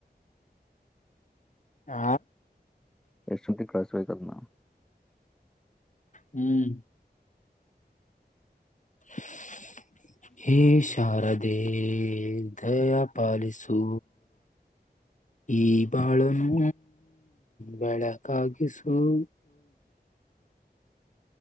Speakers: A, on the left; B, in the centre.
A: ಹ
B: ಎಷ್ಟೊತ್ತಿಗೆ ಕಳಿಸ್ಬೇಕ ಅದ್ನ
A: ಹ್ಮ್ <unintelligible> ಶಾರದೆೇ ದಯಾ ಪಾಲಿಸು ಈ ಬಾಳನೂ ಬೆಳಕಾಗಿಸೂ <inaudible>